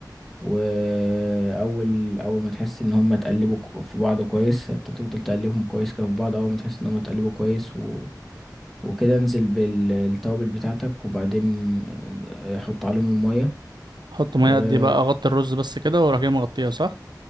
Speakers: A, in the centre; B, on the right.
A: واول اول ما تحس ان هم اتقلبوا كو- في بعض كويس انت تفضل تقلبهم كويس كده في بعض اول ما تحس ان هم اتقلبوا كويس و... وكده انزل بالتوابل بتاعتك وبعدين آه، حط عليهم المية
B: حط ميه
A: أه
B: قد ايه بقى اغطي الرز بس كده واروح جاي مغطيها صح